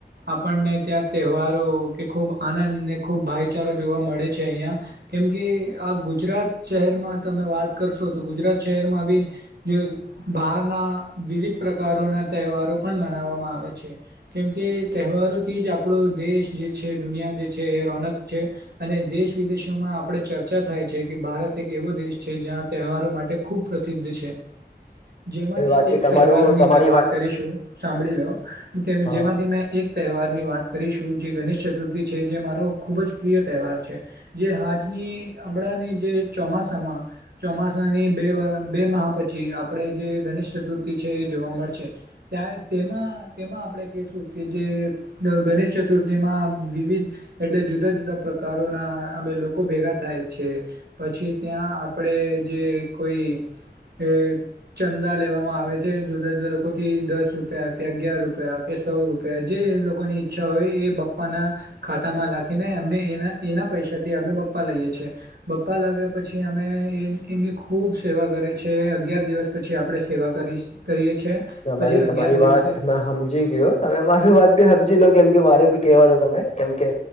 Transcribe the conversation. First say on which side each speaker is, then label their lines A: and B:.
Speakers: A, on the right; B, on the left.
A: આપણને ત્યાં તહેવારો કે ખૂબ આનંદને ખૂબ ભાઈચારા જોવા મળે છે અહીિયાં કેમકે આ ગુજરાત શહેરમાં તમે વાત કરશો તો ગુજરાત શહેરમાં બી બહારના વિવિધ પ્રકારોના તહેવારો પણ મનાવવામાં આવે છે કેમકે તહેવારોથી જ આપણો દેશ જે છે દુનિયા એ રોનક છે અને દેશ વિદેશોમાં આપણે ચર્ચા થાય છે કે ભારત એક એવો દેશ છે જ્યાં તહેવારો માટે ખૂબ પ્રસિદ્ધ છે જેમાંથી
B: એ વાતથી
A: એક
B: તમારું
A: તહેવારની
B: તમારી
A: મેં વાત કરીશું સાંભળી લો
B: હા
A: જેમાંથી મેં એક તહેવારની વાત કરીશું જે ગણેશ ચતુર્થી છે જે મારો ખૂબ જ પ્રિય તહેવાર છે જે આજની હમણાં ની જે ચોમાસામાં ચોમાસાની બે બે મહહ પછી આપણેે જે ગણેશ ચતુર્થી છે એ જોવા મળશે ત્યાં તેમાં તેમાં આપણેે કશું કે જે ગણેશ ચતુર્થીમાં વિવિધ એટલે જુદા જુદા પ્રકારોના અમે લોકો ભેગા થાય છે પછી ત્યાં આપડે જે કોઈ એ ચંદા લેવામાં આવે છે જુદા જુદા લોકો થી દસ રૂપિયા કે અગિયાર રૂપિયા કે સૌ રૂપિયા જે એમ લોકો ની ઈચ્છા હોય એ પપ્પાના ખાતામાં લખીને એમને એના એના પૈસાથી અમે પપ્પા લઈએ છીએ પપ્પા લ પછી અમે એ એમની ખૂબ સેવા કરે છે અગિયાર દિવસ પછી આપણે સેવા કરીશ કરીએ છીએ
B: તમારી
A: પછી અગિયાર
B: તમારી
A: દિવસે
B: વાત મે સમજી ગયયો તમે મારું વાત બી સમજી લો કેમ કે મારે ભી કેવા દ તમે કેમ કે